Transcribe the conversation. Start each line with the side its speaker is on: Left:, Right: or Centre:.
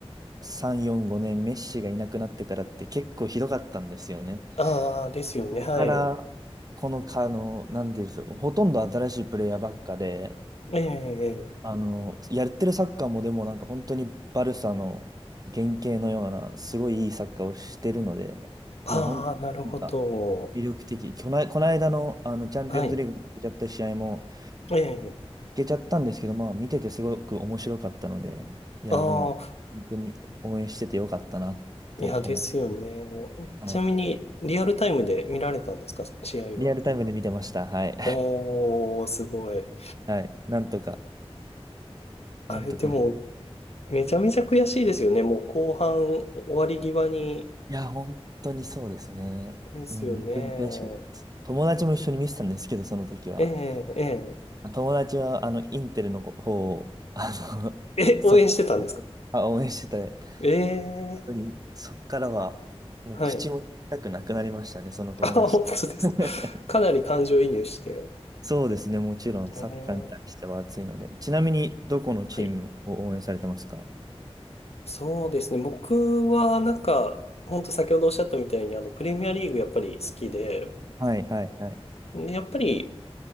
Right: 3、4、5年、メッシがいなくなってからって結構ひどかったんですよね。
Left: ああ、ですよね。
Right: そこから、
Left: はい。
Right: この、かあの、なんでしょう、ほとんど新しいプレイヤーばっかで、
Left: ええ、
Right: あの、やってるサッカーもでもなんか本当にバルサの原型のような、すごいいいサッカーをしてるので、
Left: ああ、
Right: いや、本当になんか
Left: なるほど。
Right: 魅力的。この、この間の、あのチャンピオンズリーグに負けちゃった試合も負
Left: はい。ええ、
Right: けちゃったんですけど、まあ見ててすごく面白かったので、いや、
Left: ああ、
Right: でも本当に応援しててよかったなって思って、
Left: いや、ですよね。
Right: はい。
Left: ちなみに、リアルタイムで見られたんですか、試合は。
Right: リアルタイムで見てました。はい。<laughs>
Left: おー、すごい。
Right: はい。なんとか、なんとか。
Left: あれ、でも、めちゃめちゃ悔しいですよね。もう後半終わり際に。
Right: いや、本当にそうですね。
Left: ですよね。
Right: うん、本当に悔しかったです。友達も一緒に見てたんですけど、その時は。
Left: ええ、ええ。
Right: 友達は、あの、インテルの方を、あの、
Left: え、
Right: <laughs> そ、
Left: 応援してたんですか
Right: あ応援してた。本
Left: ええ、
Right: 当に、そっからは、もう口も痛くなくなりましたね、
Left: はい。
Right: その友達。
Left: あ、本当です
Right: <laughs>
Left: か。<laughs> かなり感情移入して。
Right: そうですね、もちろん、サッカーに対しては熱いので。
Left: ええ、
Right: ちなみに、どこのチームを応援されてますか
Left: はい。そうですね。僕はなんか、ほんと先ほどおっしゃったみたいに、あの、プレミアリーグやっぱり好きで、
Right: はいはいはい。
Left: でやっぱり、